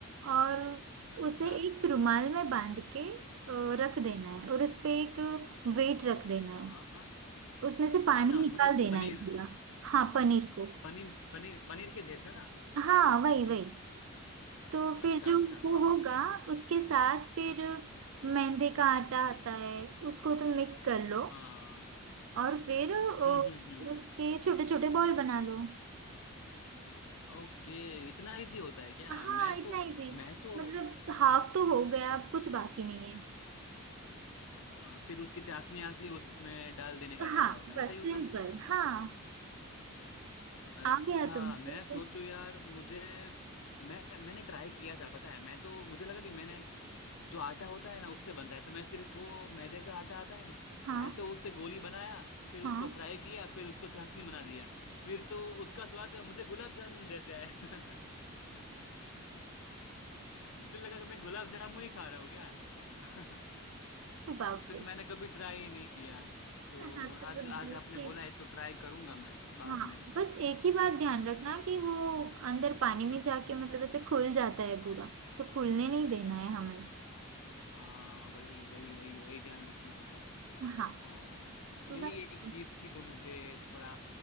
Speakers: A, on the right (about 65°); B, on the left (about 65°).
A: और
B: अच्छा
A: उसे एक रुमाल में बांध के अ, रख देना है और उस पे एक वेट रख देना
B: हाँ
A: है
B: हाँ हाँ।
A: उसमें से पानी
B: अच्छा
A: निकाल
B: मतलब
A: देना
B: पनीर
A: है पूरा हाँ पनीर को
B: पनीर पनीर पनीर के जैसे ना
A: हाँ वही वही तो फिर
B: अच्छा
A: जो
B: अच्छा
A: वो
B: बा
A: होगा उसके साथ फिर मैदे का आटा आता है उसको तुम मिक्स कर लो
B: हाँ
A: और फिर अ,
B: हम्म हम्म हम्म
A: उसके छोटे छोटे बॉल बना लो
B: ओके इतना इजी होता है क्या
A: हाँ
B: मैं
A: इतना
B: तो
A: इजी
B: मैं तो
A: मतलब हाफ तो हो गया अब कुछ बाकी नहीं है
B: हाँ फिर उसकी चाशनी आती है उसमें डाल देने का
A: हाँ
B: रहता होगा
A: बस
B: ऐसा ही होगा
A: सिंपल
B: ना
A: हाँ
B: अच्छा
A: आ गया तुम
B: मैं
A: देखो
B: सोचू यार मुझे मैं मैंने ट्राई किया था पता है मैं तो मुझे लगा कि मैंने जो आटा होता है ना उससे बनता है तो मैं सिर्फ वो मैदे का आटा आता है ना
A: हाँ
B: मैं तो उससे गोली बनाया फिर
A: हाँ
B: उसको फ्राई किया फिर उसको चाशनी बना दिया फिर तो उसका स्वाद मुझे गुलाब जामुन जैसे आया <laughs> फिर लगा कि मैं गुलाब जामुन ही खा रहा हूँ क्या <laughs>
A: बाप
B: तो फिर
A: रे
B: मैंने कभी ट्राई ही नहीं किया तो
A: हाँ
B: आज
A: तो वो दूध
B: आज आपने
A: के
B: बोला है तो ट्राई करूंगा मैं बाद
A: हाँ
B: में
A: बस एक ही बात ध्यान रखना कि वो अंदर पानी में जाके मतलब ऐसे खुल जाता है पूरा तो खुलने नहीं देना है हमें
B: हाँ वही वही वही वही ध्यान रखना होगा
A: हाँ
B: और
A: तो
B: यही
A: बस
B: एक चीज थी जो मुझे थोड़ा